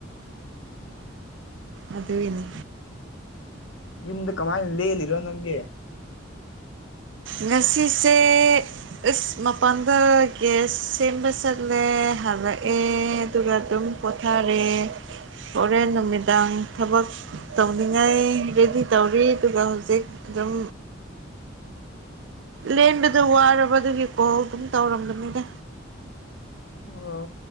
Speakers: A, on the right; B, on the left.
A: ꯑꯗꯨꯏꯅꯤ
B: ꯌꯨꯝꯗ ꯀꯃꯥꯏ ꯂꯦꯜꯂꯤꯔꯣ ꯅꯪꯗꯤ
A: ꯉꯁꯤꯁꯦ ꯑꯁ ꯃꯄꯥꯟꯗ ꯒꯌꯥꯁ ꯁꯦꯝꯕ ꯆꯠꯂꯦ ꯍꯜꯂꯛꯑꯦ ꯑꯗꯨꯒ ꯑꯗꯨꯝ ꯄꯣꯊꯥꯔꯦ ꯍꯣꯔꯦꯟ ꯅꯨꯃꯤꯗꯥꯡ ꯊꯕꯛ ꯇꯧꯅꯤꯡꯉꯥꯏ ꯔꯦꯗꯤ ꯇꯧꯔꯤ ꯑꯗꯨꯒ ꯍꯧꯖꯤꯛ ꯑꯗꯨꯝ ꯂꯦꯟꯕꯗꯨ ꯋꯥꯔꯕ ꯑꯗꯨꯒꯤ ꯀꯣꯜ ꯑꯗꯨꯝ ꯇꯧꯔꯝꯕꯅꯤꯗ
B: ꯑꯣ